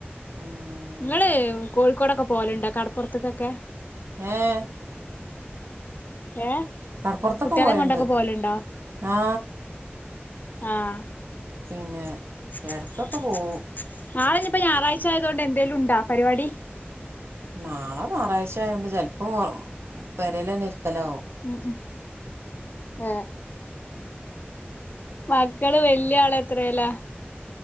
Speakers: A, on the right; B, on the left.
A: ഉം
B: നിങ്ങള് കോഴിക്കോടൊക്കെ പോലുണ്ടോ കടപ്പുറത്തക്കൊക്കെ
A: ഏഹ
B: ഏഹ
A: കടപ്പുറത്തൊക്കെ
B: കുട്ടികളെ
A: പോയണ്ട്
B: കൊണ്ടൊക്കെ പോലണ്ടോ
A: ആ
B: ആഹ
A: പിന്നെ
B: <inaudible>
A: ഇടക്കൊക്കെ പോവും
B: നാളെന്ന ഇപ്പോ ഞായറാഴ്ച ആയതുകൊണ്ട് എന്തേങ്കലും ഉണ്ടാ പരിപാടി
A: നാളെ ആറാഴ്ച ആയതോണ്ട് ചിലപ്പോം പെരേൽ തന്നെ ഇരിക്കലാ
B: ഉം അഹ മക്കള് വല്യ ആള എത്രല്ലാ